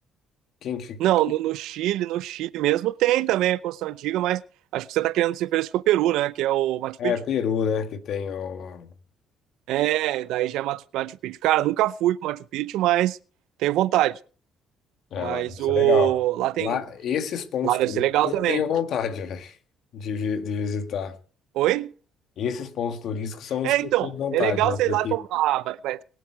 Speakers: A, on the left; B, on the right.
A: Quem que fica?
B: Não, no, no Chile, no Chile mesmo tem também a construção antiga, mas acho que você tá querendo se referir com o Peru, né? Que é o Machu
A: Ah,
B: Picchu.
A: é Peru, né? Que tem o...
B: É, daí já é Machu, Machu Picchu. Cara, nunca fui pro Machu Picchu, mas tenho vontade.
A: É,
B: Mas
A: lá deve
B: o,
A: ser legal.
B: lá tem
A: Lá, esses pontos
B: Lá deve
A: turísticos
B: ser legal também.
A: eu tenho vontade, <laughs> velho, de, vi- de visitar.
B: Oi?
A: Esses pontos turísticos são os
B: É,
A: que
B: então,
A: eu tenho vontade,
B: é legal
A: né?
B: sei
A: Porque,
B: lá. tomar. Ah, vai, vai-